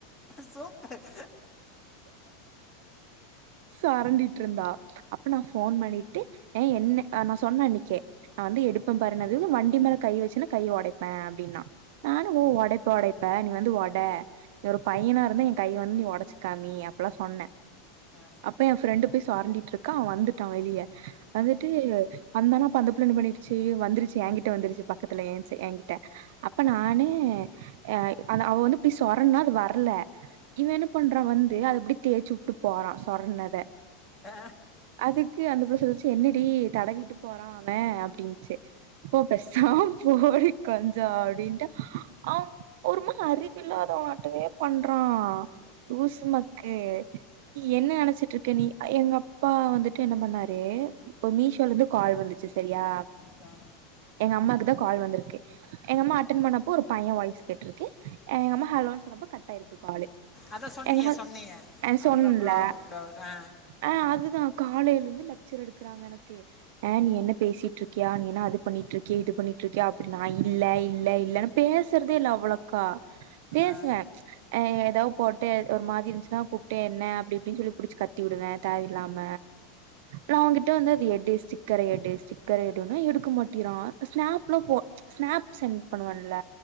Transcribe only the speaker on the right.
சுரண்டிட்டு இருந்தா அ அப்போ நான் ஃபோன் பண்ணிட்டு என்ன நா சொன்னன் அன்னைக்கே நா வந்து எடுப்ப பாரு ன்னதுக்கு வண்டி மேல கை வச்சனா கைய ஒடைப்பேன் அப்டின்னா நானும் ஓ ஒடைப் ப ஒடைப்ப நீ வந்து ஒட ஒரு பையனா இருந்தா என் கையை வந்து நீ ஒடச்சுக்காமி அப்ட்ல்லாம் சொன்ன
அப்ப என் ஃப்ரெண்டு போய் சுரண்டிட்டு இருக்கா அவன் வந்துட்டான் வெளியே வந்துட்டு வந்தானா அப்ப அந்த பிள்ள என்ன பண்ணிடுச்சு வந்துருச்சு ஏங்க்கிட்ட வந்துருச்சு பக்கல ஏ சை என்க்கிட்ட அப்ப நானே அ ஆனா அவ வந்து இப்டி சொரன்னா அது வர்ல இவன் என்ன பண்றான் வந்து அத இப்டி தேச்சுட்டு போறான் சொரன்னத
அதுக்கு அந்த புள்ள சொல்ச்சு என்னடி தடவிட்டு போறான் அவன் அப் டின்ச்சு போ பெசாம் போடி கொஞ்சோ அப்டின்ட்டு அவ் ஒருமா அறிவில்லாதவமாட்டுமே பண்றான் லூசு மக்கு என்ன நெனச்சிட்ருக்க நீ அ எங்க அப்பா வந்துட்டு என்ன பண்ணாரு ஒ மீஷோலந்து கால் வந்து ச்சு சரியா
எங்க அம்மாக்குதா கால் வந்துருக்கு எங்க அம்மா அட்டென் பண்ண ஒரு பையன் வாய்ஸ் கேட்ருக்கு எ எங்க அம்மா ஹலோன் சொன்னப்போ கட்டாயிருக்கு காலு
எங்கம்மா
ஆ
சொன்னேன்ல
ஆ அதுதா காலேலுந்து லக்சர் எடுக்குறாங்க எனக்கு ஆ நீ என்ன பேசிட்ருக்கியா நீ என்ன அது பண்ணிட்ருக்கு இது பண்ணிட்ருக்கியா அப்புடி நா இல்ல இல்ல இல்லனு பேசறதே இல்ல அவுளக்கா பேசுவ
அ எதோ போட்டு ஒரு மாரி இருந்சுனா கூப்ட்டு என்ன அப்டி இப்டின் சொல்லி புடிச்சு கத்தி உடுவே தாவின் இல்லாம நா அவன்கிட்ட வந்து அது எடு ஸ்டிக்கர எடு ஸ்டிக்கர எடுன்னா எடுக்க மாட்டிரான் ஸ்நாப்ல போ ஸ்னாப் சென் பண்ணுவன்ல